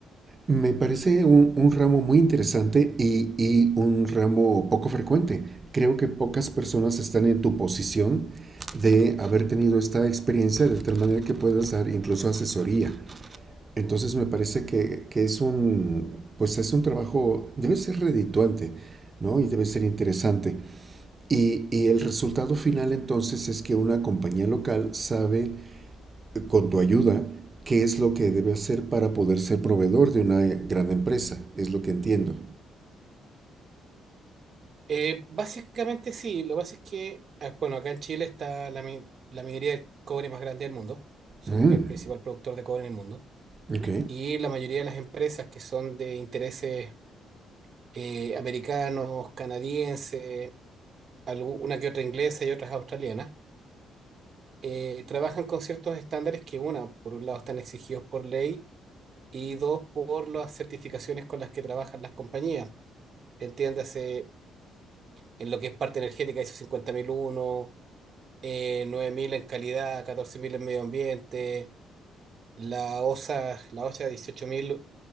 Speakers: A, on the right (about 30°); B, on the right (about 50°).
A: me parece un, un ramo muy interesante y, y un ramo poco frecuente. Creo que pocas personas están en tu posición de haber tenido esta experiencia de tal manera que puedas dar incluso asesoría. Entonces me parece que, que es un, pues es un trabajo, debe ser redituante, ¿no? Y debe ser interesante. Y, y el resultado final entonces es que una compañía local sabe, eh, con tu ayuda, qué es lo que debe hacer para poder ser proveedor de una gran empresa, es lo que entiendo.
B: Eh, básicamente sí, lo que pasa es que, ah, bueno, acá en Chile está la, mi- la minería del cobre más grande del mundo. Somos
A: Mm,
B: el principal productor de cobre en el mundo.
A: ok.
B: Y la mayoría de las empresas que son de intereses eh, americanos, canadienses, algu- una que otra inglesa y otras australianas, eh, trabajan con ciertos estándares que, una, por un lado están exigidos por ley y dos, por las certificaciones con las que trabajan las compañías. Entiéndase, en lo que es parte energética, ISO cincuenta mil uno eh, 9000 en calidad, 14000 en medio ambiente, la OSA, la OSHA dieciocho mil